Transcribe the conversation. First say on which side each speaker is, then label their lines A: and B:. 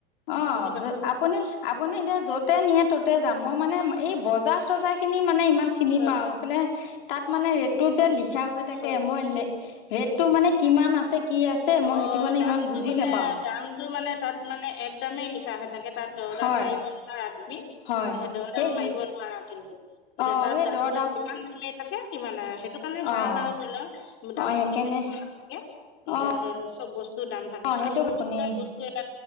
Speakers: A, on the left; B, on the left.
A: অ',
B: বুজি পাইছা
A: আপুনি আপুনি এতিয়া যতে নিয়ে ততে যাম মই মানে এই বজাৰ চজাৰ খিনি মানে ইমান চিনি
B: হয়
A: পাওঁ এইফালে তাত মানে ৰেটটো যে লিখা হৈ থাকে
B: হয়
A: মই ৰেটটো মানে কিমান আছে কি আছে
B: অ',
A: মই সেইটো মানে
B: দামটো
A: ইমান বুজি
B: মানে
A: নাপাওঁ
B: দামতটো মানে তাত মানে এক দামেই লিখা হয় থাকে। তাত দৰ
A: হয়
B: দাম মাৰিব নোৱাৰা তুমি?
A: হয়
B: তোহেদৰ
A: সেই
B: দাম
A: সেই
B: মাৰিব নোৱাৰা কিন্তু, এতিয়া
A: অঁ
B: তাত
A: সেই
B: দামটো
A: দৰ
B: যিমান দামেই থাকে ইমান সেইটো কাৰণে ভাল
A: অঁ
B: আৰু ধৰি লওক দাম
A: অঁ সেইকাৰণে
B: সুধি থাকাকিব নালাগে। এতিয়া
A: অঁ
B: ধৰি লও চব বস্তুৰ দাম থাকে
A: অঁ
B: সৰু
A: সেইটো আপুনি
B: সুৰা বস্তু এটা